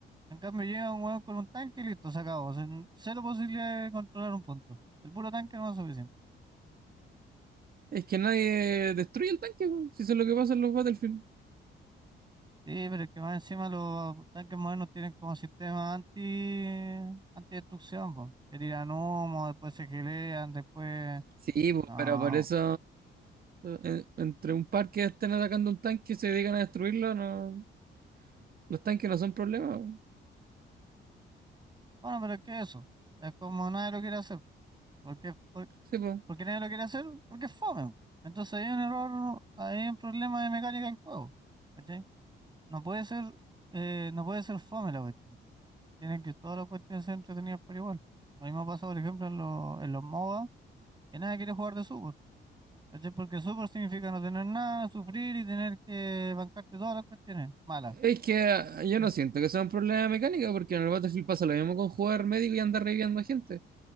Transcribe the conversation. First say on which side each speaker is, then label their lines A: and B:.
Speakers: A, on the right; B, on the right.
A: En cambio llega un hueón con un tanque y listo, se acabó. O sea, n- cero posibilidad de controlar un punto. El puro tanque no es suficiente.
B: Es que nadie destruye el tanque, po, si eso es lo que pasa en los Battlefield.
A: Sí, pero es que más encima los tanques modernos tienen como sistema anti antidestrucción, po, que tiran humo, después se gelean, después...
B: Sí, po,
A: No,
B: pero por eso eh, entre un par que estén atacando un tanque y se dedican a destruirlo, no, los tanques no son problema. po.
A: bueno, pero es que eso, es como nadie lo quiere hacer. ¿Por qué, por,
B: Sí, po.
A: por qué nadie lo quiere hacer? Porque es fome. po. Entonces hay un error, hay un problema de mecánica del juego, ¿cachai? No puede ser, eh, no puede ser fome la cuestión. Tienen que todas las cuestiones ser entretenidas por igual. Lo mismo pasa, por ejemplo, en, los en los MOBA, que nadie quiere jugar de sub, ¿Cachai? Porque súper significa no tener nada, sufrir y tener que bancarte todas las cuestiones malas.
B: Es que ah, yo
A: Mm.
B: no siento que sea un problema de mecánica, porque en el Battlefield pasa lo mismo con jugar médico y andar reviviendo a gente.